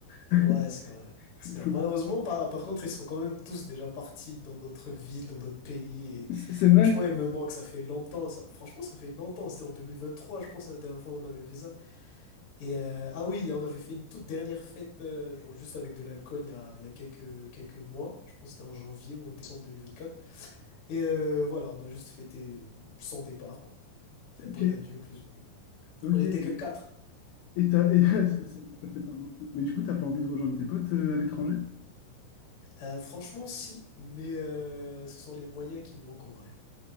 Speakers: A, on the left; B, on the left.
A: <laughs>
B: Ouais, c'est vrai.
A: Faut-
B: C'est
A: faut-
B: vrai. Malheureusement, par, par contre, ils sont quand même tous déjà partis dans d'autres villes, dans d'autres pays. Et
A: C'est c'est vrai?
B: franchement, ils me manquent. Ça fait longtemps. Ça, franchement, ça fait longtemps. C'était en 2023, je pense, la dernière fois où on avait fait ça. Et euh, ah oui, on avait fait une toute dernière fête, euh, genre juste avec de l'alcool, il y a, il y a quelques, quelques mois. Je pense que c'était en janvier ou en décembre 2024. Et euh, voilà, on a juste fêté son départ, quoi. C'est Un
A: Ok,
B: pot d'adieu, plus ou moins.
A: ok.
B: On n'était que quatre.
A: Et t'as, et- <laughs> ça, ça fait pas beaucoup. Mais du coup, t'as pas envie de rejoindre tes potes euh, à l'étranger?
B: Euh, franchement, si, mais euh, ce sont les moyens qui manquent en vrai.